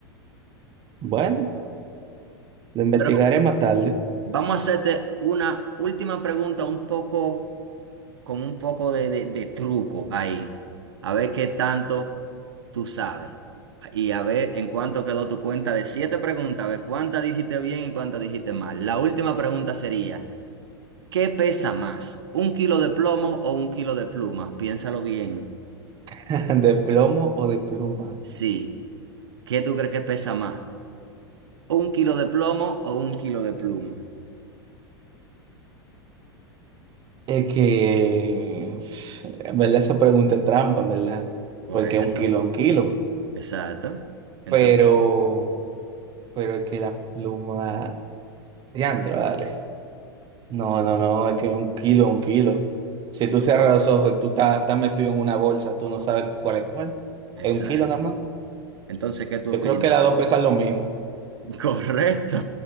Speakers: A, on the right; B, on the right.
A: Bueno. Lo investigaré
B: Pero
A: más tarde.
B: vamos a hacerte una última pregunta un poco, con un poco de, de- de truco ahí. A ver qué tanto tú sabes. Y a ver en cuánto quedó tu cuenta de siete preguntas, a ver cuántas dijiste bien y cuántas dijiste mal. La última pregunta sería, ¿qué pesa más? ¿Un kilo de plomo o un kilo de pluma? Piénsalo bien.
A: <laughs> ¿De plomo o de pluma?
B: Sí. ¿Qué tú crees que pesa más? ¿Un kilo de plomo o un kilo de pluma?
A: Es que, en verdad, eso pregunta es trampa, en verdad.
B: Por
A: Porque
B: eso.
A: un kilo es un kilo.
B: Exacto. Entonces,
A: Pero, pero es que la pluma. Diantro, vale No, no, no, es que un kilo es un kilo. Si tú cierras los ojos y tú estás, estás metido en una bolsa, tú no sabes cuál es cuál.
B: exacto.
A: Es un kilo nada más.
B: Entonces, ¿qué tú opinas?
A: Yo creo que las dos pesan lo mismo.
B: <laughs> Correcto.